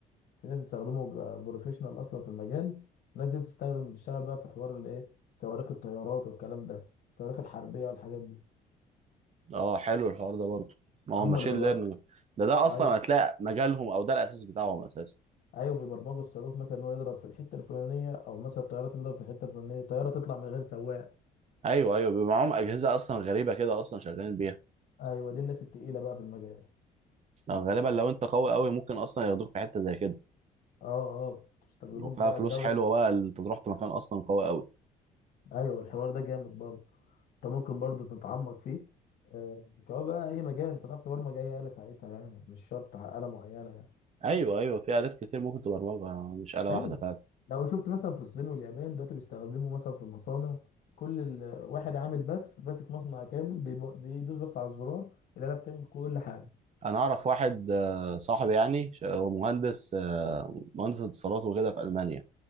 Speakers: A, on the left (about 65°); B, on the right (about 40°).
A: في ناس بيستخدموا بيبقى بروفيشنال اصلا في المجال الناس دي بتستخدم بتشتغل بقى في حوار اللي ايه صواريخ الطيارات والكلام ده الصواريخ الحربيه والحاجات دي
B: اه حلو الحوار ده برضه ما هو
A: هم
B: ماشين
A: اللي بيبقى
B: ليرنينج ده ده
A: ايوه
B: اصلا هتلاقي مجالهم او ده الاساس بتاعهم اساسا
A: ايوه بيبرمجوا الصاروخ مثلا ان هو يضرب في الحته الفلانيه او مثلا الطياره تضرب في الحته الفلانيه الطياره تطلع من غير سواق
B: ايوه ايوه بيبقى معاهم اجهزه اصلا غريبه كده اصلا شغالين بيها
A: ايوه دي الناس التقيله بقى في المجال
B: لو غالبا لو انت قوي قوي ممكن اصلا ياخدوك في حته زي كده
A: اه اه بتستخدموك
B: وفيها
A: بقى
B: فلوس
A: الدوله
B: حلوه بقى اللي انت تروح في مكان اصلا قوي قوي
A: ايوه الحوار ده جامد برضه انت ممكن برضو تتعمق فيه آه، كمان بقى اي مجال انت تعرف تبرمج اي آلة ساعتها يعني مش شرط آلة معينة يعني
B: ايوه ايوه في الات كتير ممكن تبرمجها مش آلة
A: ايوه
B: واحده فعلا
A: لو شفت مثلا في الصين واليابان دلوقتي بيستخدموا مثلا في المصانع كل ال- واحد عامل بس ماسك مصنع كامل بيب- بيدوس بس على الزرار الآلة بتعمل كل حاجة
B: انا اعرف واحد آه، صاحبي يعني ش- هو مهندس آه، مهندس اتصالات وكده في المانيا